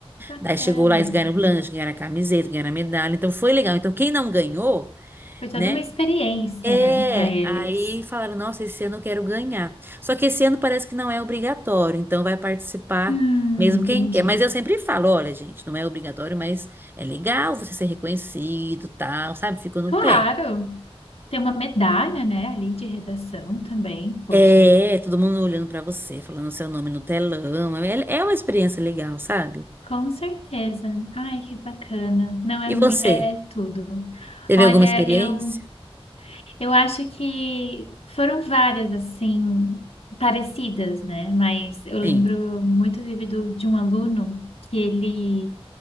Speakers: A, on the left; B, on the right.
A: Bacana.
B: Daí chegou lá, eles ganharam o lanche, ganharam a camiseta, ganharam a medalha. Então foi legal. Então quem não ganhou,
A: Foi toda
B: né?
A: uma experiência,
B: É,
A: né, para eles.
B: aí falaram, nossa, esse ano eu quero ganhar. Só que esse ano parece que não é obrigatório, então vai participar
A: Hum,
B: mesmo quem
A: entendi.
B: quer. Mas eu sempre falo, olha, gente, não é obrigatório, mas é legal você ser reconhecido, tal, sabe? Ficou no
A: Claro.
B: pé.
A: Tem uma medalha, né, ali de redação também. Poxa.
B: É, todo mundo olhando pra você, falando seu nome no telão. É, é uma experiência legal, sabe?
A: Com certeza. Ai, que bacana. Não é
B: E
A: muito,
B: você?
A: é, é tudo.
B: Teve
A: Olha,
B: alguma experiência?
A: eu eu acho que foram várias assim parecidas, né? Mas eu lembro
B: Sim.
A: muito vívido de um aluno que ele